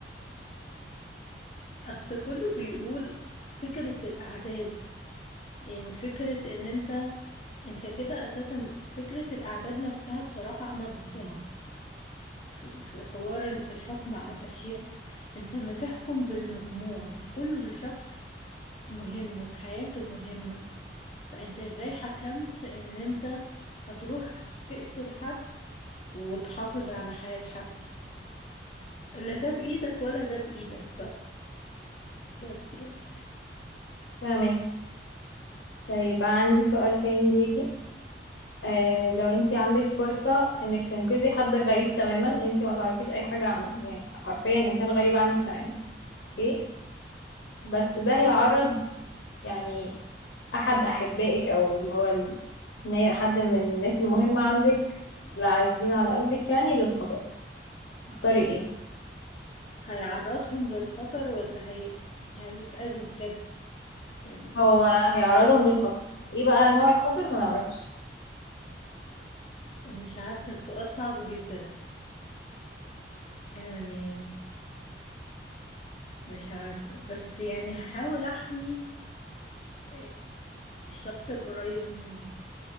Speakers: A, on the left; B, on the left.
A: اصل كله بيقول فكرة الاعداد يعني فكرة ان انت انت كده اساسا فكرة الاعداد نفسها بصراحة انا ضدها ف- في حوار الحكم على الاشياء انت ما تحكم بالمجموع كل شخص مهم وحياته مهمة فانت ازاي حكمت ان انت هتروح تقتل حد وتحافظ على حياة حد لا ده بإيدك ولا ده بإيدك فبس يعني
B: فاهماكي طيب عندي سؤال تاني ليكي آه لو انتي عندك فرصة انك تنقذي حد غريب تماما انتي ما تعرفيش اي حاجة عنه يعني حرفيا انسان غريب عنك تماما اوكي بس ده هيعرض يعني احد احبائك او اللي هو ال... نا- حد من الناس المهمة عندك العزيزين على قلبك يعني للخطر تختاري ايه
A: هيعرضهم للخطر ولا هي... هيتأذوا بجد يعني فاهمة
B: هو هيعرضهم للخطر ايه بقى نوع الخطر ما نعرفش
A: مش عارفة السؤال صعب جدا يعني مش عارفة بس يعني هحاول أحمي آه، الشخص القريب مني